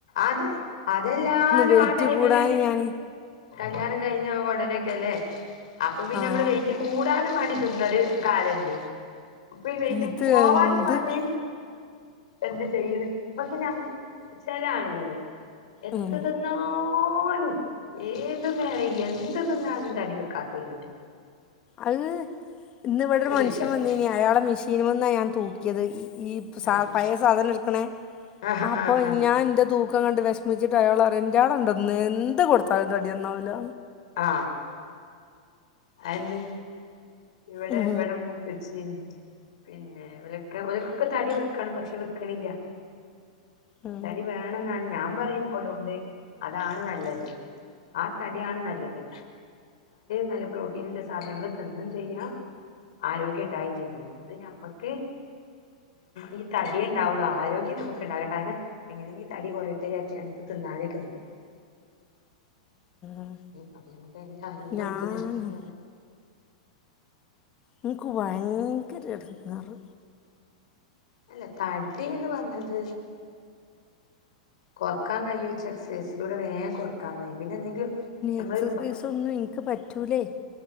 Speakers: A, on the left; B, on the left.
A: അത് അതെല്ലാവരും
B: വെയിറ്റ്
A: ആ ടൈമിൽ
B: കൂടാൻ ഞാൻ
A: കല്യാണം കഴിഞ്ഞ ഉടനെ നെ അക്കെയല്ലേ അപ്പൊ പിന്നെ
B: ആഹ്
A: മ്മള് വെയ്റ്റ് കൂടാൻ വേണ്ടിട്ട് ഇന്നൊരു കാര്യമുണ്ട് അപ്പൊ ഈ വെയ്റ്റ്
B: ഇത്
A: പോകാനും
B: എന്ത്
A: വേണ്ടി
B: ക-
A: എന്ത് ചെയ്യണ് പക്ഷേ ചെല ആളുകള് എത്ര
B: ഉം
A: തിന്നാലും പോലും ഏത് നേരവും എന്ത് തിന്നാലും തടി വെക്കാത്തവരുണ്ട്
B: അത് ഇന്ന് ഇവിടെ ഒരു മനുഷ്യൻ
A: ചോദിച്ചടക്കും
B: വന്ന് അയാളുടെ മെഷീനീന്ന ഞാൻ തൂക്കിയത് സാധനം
A: ആഹ്
B: പഴയ സാധനം എടുക്കുന്ന
A: ആഹ്
B: അപ്പൊ
A: ആഹ് ആഹ്
B: ഞാൻ എന്റെ തൂക്കം തൂക്കം കണ്ടു വിഷമിച്ചിട്ട് അയാൾ പറയുക ഇയാള് എന്താ എന്ത് കൊടുത്താലും തടി നന്നാകില്ല
A: ആ അയെന്ത് ഇവിടെ
B: ഉം
A: ഇവിടെ മൂത്തച്ചി പിന്നെ ഓര്ക്ക് ഒരുക്കൊക്കെ തടി വെക്കണം പക്ഷേ വെക്കണില്ല
B: ഉം
A: തടി വേണം ന്നാണ് ഞാൻ ഞാൻ പറയും ഓലൊണ്ട് അതാണ് നല്ലത് ആ തടിയാണ് നല്ലത് നല്ല പ്രോടീൻ ന്റെ സാധനങ്ങൾ തിന്നേം ചെയ്യാം ആരോഗ്യം ഉണ്ടാവുകയും ചെയ്യും ഇത് ഞമ്മക്ക് ഈ തടിയെ ഉണ്ടാകു ആരോഗ്യം ഉണ്ടാകില്ല കാരണം എങ്ങനെയെങ്കിലും തടി കുറയട്ടെ ന്ന് വെച്ച് ഇടക്ക് തിന്നാതെ നിക്കും
B: ഉം
A: ആപോ നമ്മുക്ക് അതിന്റെ ആരോഗ്യം
B: ഞാനോ
A: നമുക്ക് നഷ്ടപ്പെടുവാണ്
B: എനിക്ക് ഭയങ്കര എടങ്ങേറ്
A: അല്ല തടി എന്ന് പറയുന്നത് കുറക്കാൻ കഴിയും എന്ന് വെച്ചാ എക്സ് ഏർസൈസിലൂടെ വേഗം കുറക്കാൻ കഴിയും പിന്നെ എന്തെങ്കിലും നമ്മള്
B: എക്സിർസൈസൊന്നും എനിക്ക് പറ്റില്ല റ്റൂലെ